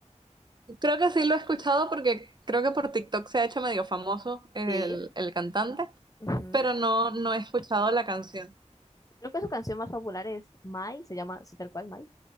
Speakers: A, on the right; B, on the left.
A: Creo que sí lo he escuchado porque creo que por TikTok se ha hecho medio famoso el,
B: Sí.
A: el cantante,
B: ujú.
A: pero no, no he escuchado la canción.
B: Creo que su canción más popular es Mai, se llama así tal cual Mai.